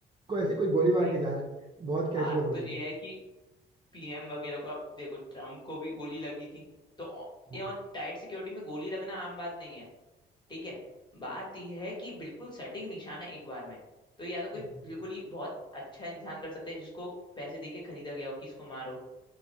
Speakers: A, on the right; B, on the left.
A: कोई ऐसे कोई गोली मार
B: भाई
A: के जा रहा है बहुत कैजुअल
B: बात
A: हो
B: तो
A: गया
B: ये
A: था
B: है कि पीएम वगैरह को अब देखो ट्रम्प को भी गोली लगी थी तो
A: हाँ
B: ये टाइट सिक्योरिटी में गोली लगना आम बात नहीं है ठीक है बात यह है कि बिल्कुल सटीक निशाना एक बार में तो या तो कोई
A: एग्जैक्टली
B: बिल्कुल ही बहुत अच्छा इंसान कर सकता है जिसको पैसे देके खरीदा गया हो कि इसको मारो